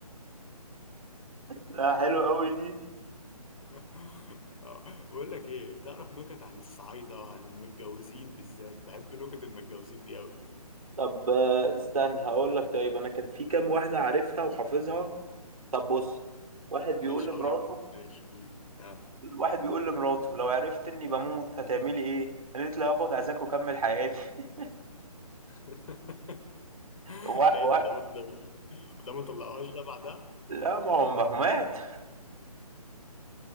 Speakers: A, on the right; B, on the left.
A: لا حلو
B: <laughs>
A: قوي دي
B: <laughs> آه، بقول لك ايه تعرف نكت عن الصعايده وعن المتجوزين بالذات بحب نكت المتجوزين دي قوي
A: طب آه، استنى هقول لك طيب انا كان في كام واحده عارفها وحافظها طب بص واحد بيقول
B: ماشي
A: لمراته
B: هقول لك ماشي قول اه
A: واحد بيقول لمراته لو عرفت اني بموت هتعملي ايه قالت له هاخد عزاك واكمل حياتي <laughs>
B: <laughs>
A: و...
B: ده ايه
A: و...
B: ده ده ما- ده ما- ده ما طلعهاش ده بعدها
A: لا ما هو ما هو مات